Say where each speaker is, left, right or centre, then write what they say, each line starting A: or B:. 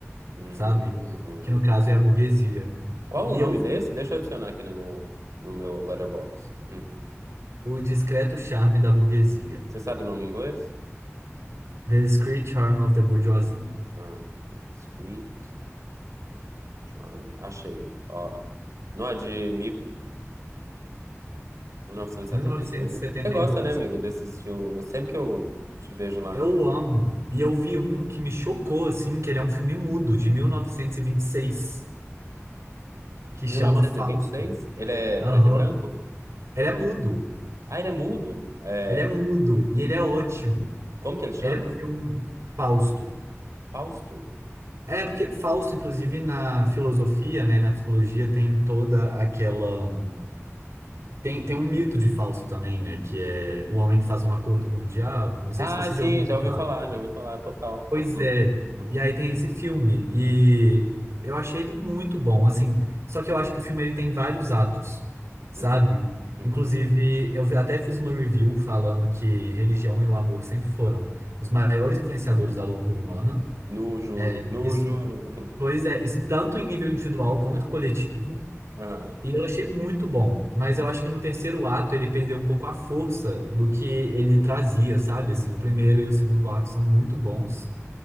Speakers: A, on the right; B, on the right.
A: Hum.
B: sabe? Que no caso é a burguesia.
A: Qual
B: E
A: o nome
B: eu vi
A: desse? Deixa eu adicionar aqui no meu no meu letterbox. Hum.
B: O Discreto Charme da Burguesia.
A: Você sabe o nome em inglês?
B: The Discreet Charm of the Bourgeoisie.
A: Ah, The Discreet Charm. Achei. Ó, não é de 1972,
B: 1972.
A: né? Você gosta, né, amigo, desses filmes? Eu- sempre que eu te vejo lá
B: Eu
A: no
B: amo. E eu vi um que me chocou, assim, que ele é um filme mudo, de 1926, que
A: 1926,
B: chama Fausto.
A: ele é
B: Aham.
A: preto e branco?
B: Ele é mudo.
A: Ah, ele é mudo. É,
B: Ele é mudo. E ele é ótimo.
A: como que ele chama?
B: Ele é um filme Fausto.
A: Fausto.
B: É, porque Fausto, inclusive, na filosofia, né, na psicologia, tem toda aquela Tem, tem um mito de Fausto também, né? Que é o homem que faz um acordo com o diabo. Não sei
A: Ah,
B: se você
A: sim,
B: já ouviu
A: já
B: falar.
A: ouvi falar, já ouvi falar, total.
B: Pois
A: Hum,
B: é.
A: hum,
B: E aí tem esse filme. E eu achei ele muito bom, assim. Só que eu acho que o filme ele tem vários atos, sabe?
A: uhum, hum.
B: Inclusive, eu até fiz uma review falando que religião e o amor sempre foram os maiores influenciadores da loucura humana.
A: No juro,
B: É,
A: no
B: isso,
A: juro.
B: pois é, isso tanto em nível individual quanto
A: <laughs>
B: coletivo.
A: Aham.
B: E eu achei muito bom, mas
A: Uhum.
B: eu acho que no terceiro ato ele perdeu um pouco a força do que ele trazia, sabe? Assim, o primeiro e o segundo ato são muito bons